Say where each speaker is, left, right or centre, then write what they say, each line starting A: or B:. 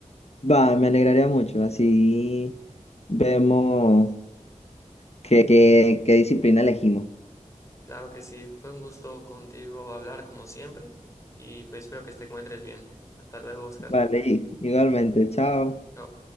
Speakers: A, on the left (about 55°); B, on the left (about 25°).
A: Va, me alegraría mucho, así vemos qué, qué, qué disciplina elegimos.
B: Claro que sí, fue un gusto contigo hablar como siempre y pues espero que te encuentres bien. Hasta luego, Oscar.
A: Vale, y- igualmente, chao.
B: Chao.